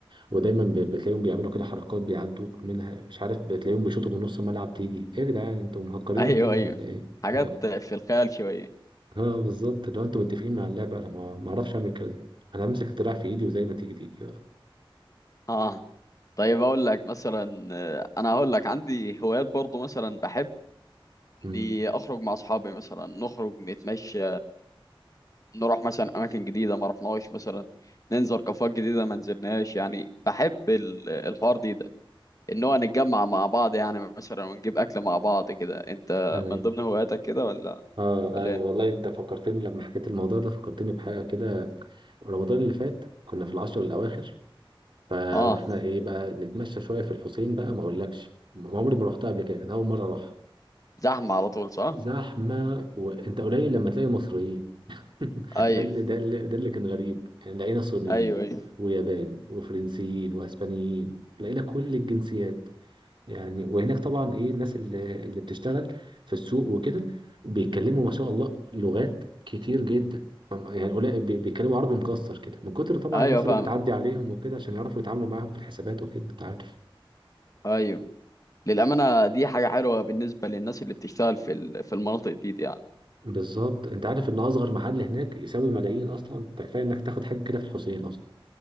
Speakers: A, on the right; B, on the left.
A: ودايما ب- بتلاقيهم بيعملوا كده حركات بيعدوك منها مش عارف بتلاقيهم بيشوطوا من نص الملعب تيجي ايه يا جدعان انتوا مهكرين
B: ايوه
A: الدنيا
B: ايوه
A: ولا ايه
B: حاجات
A: اه
B: في الخيال شوية
A: اه بالظبط لو انتوا متفقين مع اللعبه انا ما ما اعرفش اعمل كده انا امسك الدراع في ايدي وزي ما تيجي تيجي بقى
B: اه طيب اقول لك مثلا آه، انا هقول لك عندي هوايات برضو مثلا بحب
A: امم
B: إني اخرج مع اصحابي مثلا نخرج نتمشى نروح مثلا اماكن جديده ما رحناش مثلا ننزل كافيهات جديده ما نزلناش يعني بحب ال- الحوار دي ده ان هو نتجمع مع بعض يعني مثلا ونجيب اكل مع بعض كده انت
A: اي
B: من ضمن هواياتك كده ولا
A: اه
B: ولا
A: اي
B: ايه
A: والله انت فكرتني لما حكيت الموضوع ده فكرتني بحاجه كده رمضان اللي فات كنا في العشر الاواخر فروحنا
B: اه
A: ايه بقى نتمشى شويه في الحسين بقى ما اقولكش ما عمري ما رحتها قبل كده كان اول مره اروحها
B: زحمه على طول صح
A: زحمه وانت قليل لما تلاقي مصريين <laughs>
B: ايوه
A: ده اللي ده اللي ده اللي كان غريب يعني لقينا صينيين
B: ايوه ايوه
A: ويابان وفرنسيين واسبانيين لقينا كل الجنسيات يعني وهناك طبعا ايه الناس اللي اللي بتشتغل في السوق وكده بيتكلموا ما شاء الله لغات كتير جدا يعني قليل بي- بيتكلموا عربي مكسر كده من كتر طبعا
B: <laughs> ايوه
A: الناس اللي
B: فاهمك
A: بتعدي عليهم وكده عشان يعرفوا يتعاملوا معاهم في الحسابات وكده انت عارف
B: ايوه للامانه دي حاجه حلوه بالنسبه للناس اللي بتشتغل في ال- في المناطق دي, دي يعني
A: بالظبط انت عارف ان اصغر محل هناك يساوي ملايين اصلا ده كفايه انك تاخد حاجه كده في الحسين اصلا